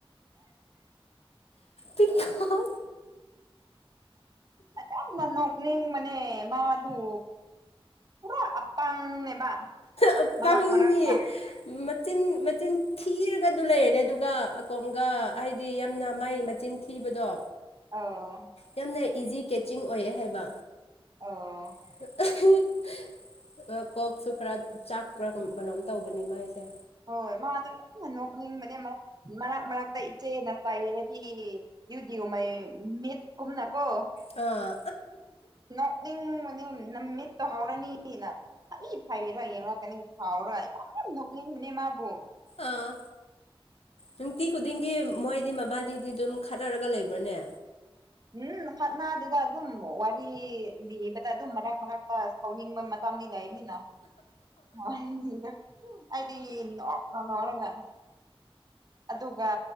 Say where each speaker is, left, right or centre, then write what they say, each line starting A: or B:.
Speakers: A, on the left; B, on the right.
A: ꯄꯤꯀꯣꯛ
B: ꯌꯥꯝꯅ ꯅꯣꯛꯅꯤꯡ ꯃꯅꯦ ꯃꯥꯗꯨ ꯄꯨꯔꯥ ꯑꯞꯄꯪꯅꯦꯕ
A: ꯌꯥꯝ
B: ꯃꯔꯛ
A: ꯄꯪꯅꯤ
B: ꯃꯔꯛꯇ
A: ꯃꯆꯤꯟ ꯃꯆꯤꯟ ꯊꯤꯔꯒ ꯑꯗꯨ ꯂꯩꯔꯅꯦ ꯑꯗꯨꯒ ꯑꯀꯣꯝꯒ ꯍꯥꯏꯗꯤ ꯌꯥꯝꯅ ꯃꯥꯏ ꯃꯆꯤꯟ ꯊꯤꯕꯗꯣ
B: ꯑꯧ
A: ꯌꯥꯝꯅ ꯏꯖꯤ ꯀꯦꯠꯆꯤꯡ ꯑꯣꯏꯌꯦ ꯍꯥꯏꯕ
B: ꯑꯣ
A: <unintelligible> ꯑꯥ ꯀꯣꯛꯁꯨ ꯈꯔ ꯆꯥꯛꯄ꯭ꯔꯥ ꯀꯩꯅꯣꯝ ꯇꯧꯕꯅꯤ ꯃꯥꯏꯁꯦ
B: ꯍꯣꯏ ꯃꯥꯗꯣ ꯌꯥꯝꯅ ꯅꯣꯛꯅꯤꯡꯕꯅꯦ ꯃꯔꯛ ꯃꯔꯛꯇ ꯏꯆꯦꯅ ꯆꯥꯏꯔꯗꯤ ꯌꯨꯗꯤꯌꯣ ꯃꯥꯏ ꯃꯤꯠꯀꯨꯝꯅ ꯀꯣ
A: ꯑꯥ
B: ꯅꯣꯛꯅꯤꯡ ꯃꯅꯤꯡ ꯅ ꯃꯤꯠꯇ ꯍꯧꯔꯅꯤꯅ ꯐꯩ ꯐꯩꯔꯥ ꯌꯦꯡꯂꯛꯀꯅꯤ ꯊꯥꯎꯔ ꯌꯥꯝ ꯌꯥꯝ ꯅꯣꯛꯅꯤꯡꯕꯅꯦ ꯃꯥꯕꯨ
A: ꯑꯥ ꯅꯨꯡꯇꯤ ꯈꯨꯗꯤꯡꯒꯤ ꯃꯣꯏꯗꯤ ꯃꯕꯥꯅꯤꯗꯤ ꯑꯗꯨꯝ ꯈꯠꯅꯔꯒ ꯂꯩꯕ꯭ꯔꯅꯦ
B: ꯎꯝ ꯈꯠꯅꯗꯦꯗ ꯑꯗꯨꯝ ꯋꯥꯔꯤ ꯂꯤꯕꯗ ꯑꯗꯨꯝ ꯃꯔꯛ ꯃꯔꯛꯇ ꯁꯥꯎꯅꯤꯡꯕ ꯃꯇꯥꯡꯗꯤ ꯂꯩꯥꯕꯅꯤꯅ ꯎꯝ ꯑꯩꯗꯤ ꯅꯣꯛꯄ ꯑꯗꯨꯒ